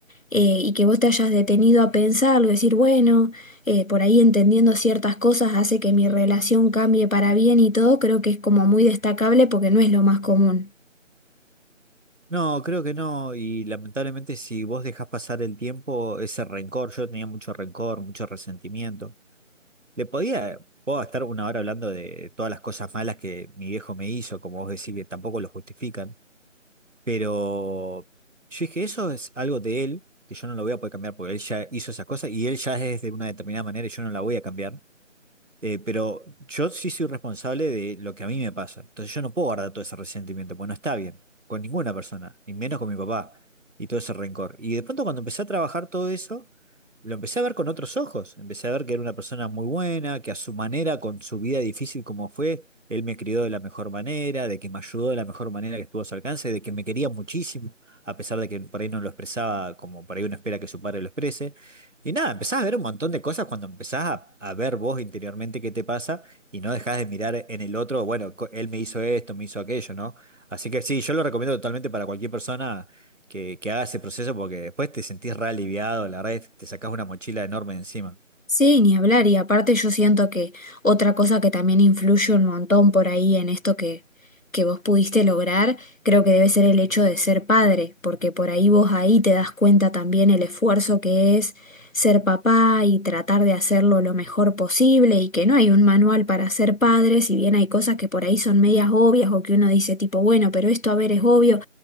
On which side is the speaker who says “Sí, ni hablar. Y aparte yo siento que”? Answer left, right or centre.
Left